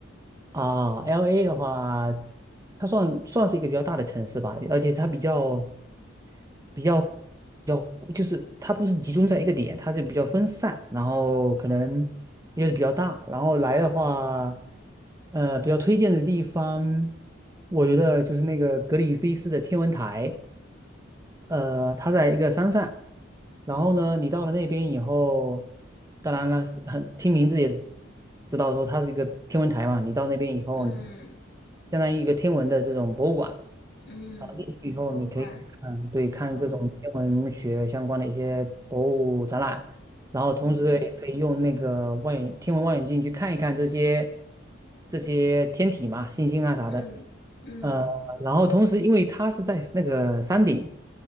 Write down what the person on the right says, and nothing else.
啊，LA 的话，它算算是一个比较大的城市吧，而且它比较比较比较，就是它不是集中在一个点，它是比较分散，然后可能也是比较大。然后来的话，呃，比较推荐的地方，我觉得就是那个格里菲斯的天文台。呃，它在一个山上，然后呢，你到了那边以后，当然了，很听名字也知道说它是一个天文台嘛。你到那边以后，
你相当于一个天文的这种博物馆
啊，进去以后你可以去看，
对，看这种天文学相关的一些博物展览，
然后同时也可以用那个望远天文望远镜去看一看这些
这些天体嘛，星星啊啥的。
呃，然后同时，因为它是在那个山顶，